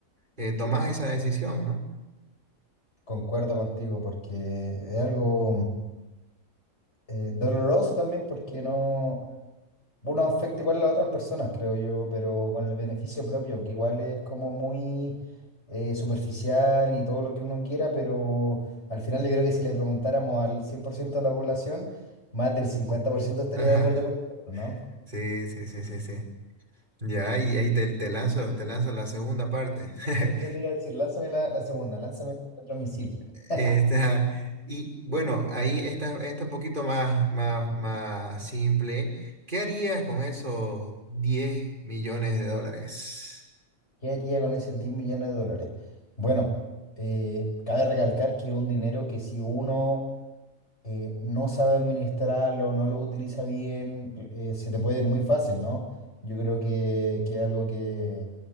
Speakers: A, on the right; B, on the left.
A: eh, tomás esa decisión, ¿no?
B: Concuerdo contigo, porque es algo eh, doloroso también, porque no... Uno afecta igual a las otras personas, creo yo, pero con el beneficio propio, que igual es como muy eh, superficial y todo lo que uno quiera, pero al final yo creo que si le preguntáramos al 100% de la población, más del 50%
A: <laughs>
B: estaría
A: Ajá.
B: de acuerdo con nosotros, ¿no?
A: Sí, sí, sí, sí, sí. Ya, y ahí te, te lanzo, te lanzo la segunda parte.
B: Eso
A: <laughs>
B: te iba a decir, lánzame la, la segunda, lánzame otro misil. <laughs>
A: Eh, esta- y bueno, ahí está, está un poquito más, más, más simple. ¿Qué harías con esos 10 millones de dólares?
B: ¿Qué haría con esos 10 millones de dólares? Bueno, eh, cabe recalcar que es un dinero que si uno eh, no sabe administrarlo, no lo utiliza bien, eh, se te puede ir muy fácil, ¿no? Yo creo que, que algo que,